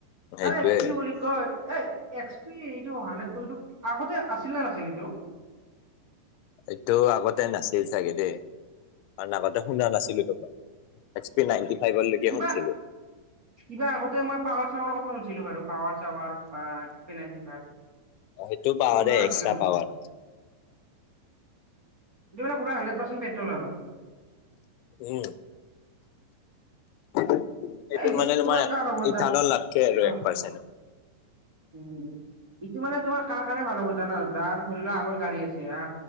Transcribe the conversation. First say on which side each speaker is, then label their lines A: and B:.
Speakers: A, on the left; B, on the right.
A: সেইটোয়ে
B: আৰে কি বুলি কয় এ এক্স পি এইটো হাণ্ড্ৰেড টো এইটো আগতে আছিল নে নাছিল এইটো?
A: সেইটো আগতে নাছিল চাগে দেই কাৰন আগতে শুনা নাছিলো তো মই। এক্সপি নাইনটি ফাইভৰলৈকে
B: কিবা
A: শুনিছিলো।
B: কিবা আগতে মই পাৱাৰ চাৱাৰ কথা শুনিছিলো বাৰু power shower XP ninety five,
A: সেইটো
B: এইটো
A: পাৱাৰে
B: শুনা নাছিলো
A: এক্সট্ৰা
B: কিন্তু।
A: পাৱাৰ
B: এইটো মানে পুৰা হাণ্ড্ৰেডপাৰ্চেন্ত পেট্ৰল আৰু।
A: উম। এইটোত
B: এ
A: মানে তোমাৰ
B: কাৰ হ'ব
A: ইথানল
B: যাৰ
A: নাথাকে আৰু
B: অ
A: এক পাৰ্চেণ্টও
B: উম, ইটো মানে তোমাৰ কাৰ কাৰণে ভাল হ'ব জানা? যাৰ ধৰি লোৱা আগৰ গাড়ী আছে হা